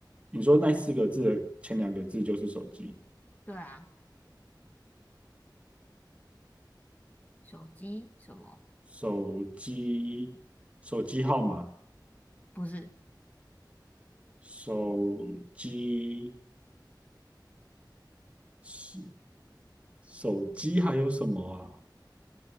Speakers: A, on the right; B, on the left.
A: 你说那四个字的前两个字就是手机，
B: 对啊，手机什么？
A: 手机，手机号码，
B: 不是，
A: 手机，手手机还有什么啊？